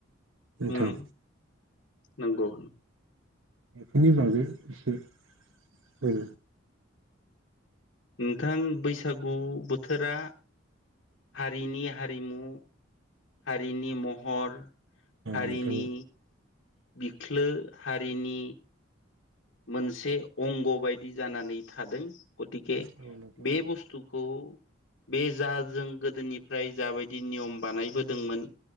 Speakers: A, on the right; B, on the left.
A: नोंथां
B: उम नंगौ
A: बेफोरनि बागै एसे हो
B: नोंथां बैसागु बोथोरा हारिनि हारि रिमु हारिनि महर हारिनि
A: नोंथां।
B: बिख्लो हारिनि मोनसे अंग' बायदि जानानै थादों गथिखे
A: औ नोंथां।
B: बे
A: औ नोंथां।
B: बुस्थुखौ बे जाजों गोदोनिफ्राय जाबायदि नियम बानायबोदोंमोन